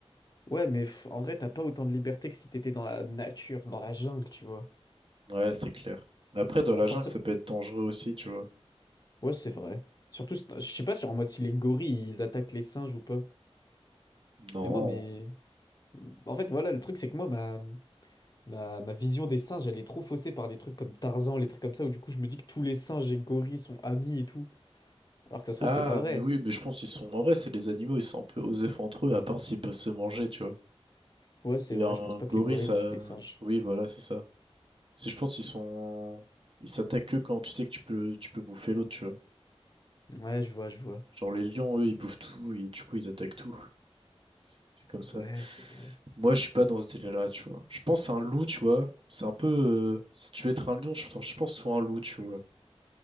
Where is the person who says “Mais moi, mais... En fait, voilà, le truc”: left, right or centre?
Left